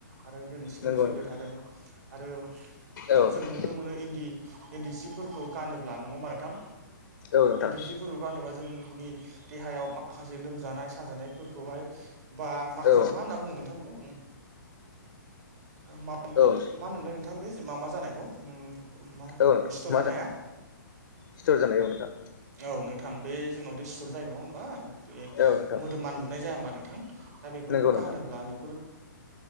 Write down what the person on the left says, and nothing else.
नंगौ
नोंथां
औ नोंथां
औ नोंथां
औ
नोंथां
औ नोंथां
मा
जानाय सिथर जानाय औ नोंथां
औ नोंथां
नंगौ नोंथां